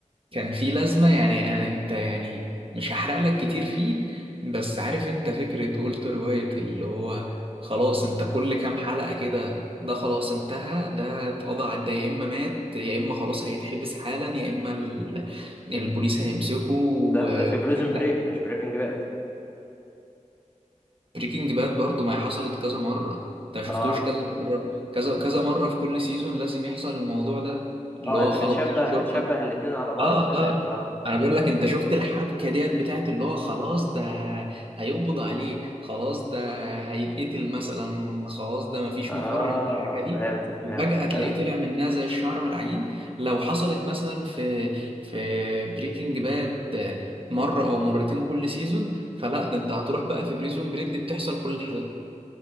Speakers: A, on the right (about 45°); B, on the left (about 15°).
A: كان في لازمة يعني أنا- انت يعني مش هحرق لك كتير فيه بس عارف انت فكرة والتر وايت اللي هو خلاص انت كل كام حلقة كده ده خلاص انتهى ده اتقضى على- ده يا اما مات يا اما خلاص هيتحبس حالا يا اما ال... البوليس هيمسكه و-
B: ده ده في
A: وكده
B: بريزن بريك مش بريكنج باد
A: بريكنج باد برضو ما هي حصلت كذا مرة انت
B: اه
A: شفتوش كذا مرة كذا كذا مرة في كل سيزون لازم يحصل الموضوع ده اللي
B: اه
A: هو
B: انت
A: خلاص
B: بتشبه
A: الشرطة
B: بتشبه الاتنين على بعض
A: اه
B: تمام
A: اه
B: اه
A: انا بقول لك انت شفت الحبكه ديت بتاعت اللي هو خلاص ده هيقبض عليه خلاص ده هيتقتل مثلا خلاص ده مفيش
B: اه
A: مفر من الحاجه دي
B: فهمتك
A: وفجاه
B: فهمتك
A: تلاقيه
B: اه
A: طلع منها زي الشعر من العجين لو حصلت مثلا في في بريكنج باد مره او مرتين كل سيزون فلا ده انت هتروح بقى في بريزون بريك دي بتحصل كل حلقه